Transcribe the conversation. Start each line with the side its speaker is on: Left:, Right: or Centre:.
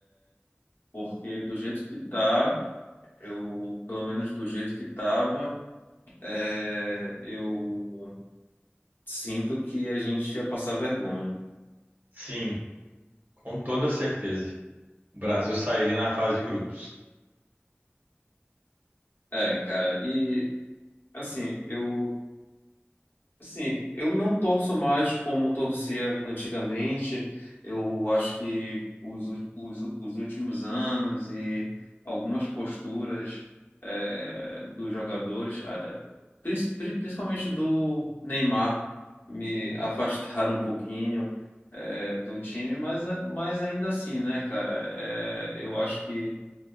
Left: porque do jeito que tá, eu, pelo menos do jeito que tava, é, eu sinto que a gente ia passar vergonha.
Right: Sim, Com toda certeza. O Brasil sairia na fase de grupos.
Left: É, cara, e assim, eu Assim, eu não torço mais como torcia antigamente. Eu acho que os, ú- os, ú- os últimos anos e algumas posturas eh, dos jogadores, ah, eh, prin- pri- principalmente do Neymar, me <laughs> afastaram um pouquinho eh, do time, mas, a- mas ainda assim, né, cara? Eh, eu acho que